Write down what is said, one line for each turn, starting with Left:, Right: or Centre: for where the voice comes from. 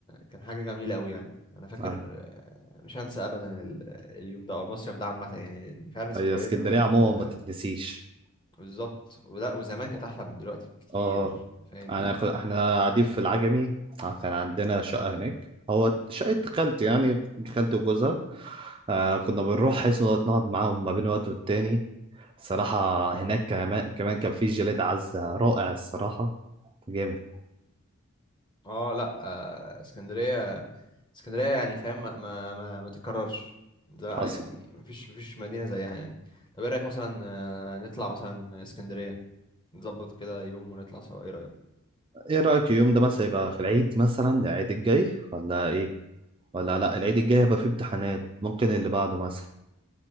Left: كان حاجة جميلة قوي يعني انا فاكر
Right: اه
Left: آه، مش هنسى ابدا ال- اليوم ده او المصيف ده عامة يعني لأن فعلا اسكندرية
Right: هي اسكندريه
Left: زمان كانت
Right: عموما
Left: آه،
Right: ما تتنسيش
Left: بالظبط ولا وزمان كانت احلى من دلوقتي بكتير
Right: اه
Left: فاهمني
Right: انا كو- احنا قاعدين في العجمي آه، كان عندنا شقه هناك هو شقه خالتي يعني خالتي وجوزها آه كنا بنروح حيث نقعد نقعد معاهم ما بين وقت والتاني صراحه هناك كمان كمان كان في جيلاتي عزه رائع الصراحه جامد
Left: اه لا آه اسكندريه اسكندريه يعني فاهم ما ما ما, ما تتكررش لا
Right: حصل
Left: يعني مفيش مفيش مدينه زيها يعني طب ايه رايك مثلا آه، نطلع مثلا اسكندريه نظبط كده يوم ونطلع سوا ايه رايك
Right: ايه رايك اليوم ده مثلا يبقى في العيد مثلا العيد الجاي ولا ايه ولا لا العيد الجاي هيبقى فيه امتحانات ممكن اللي بعده مثلا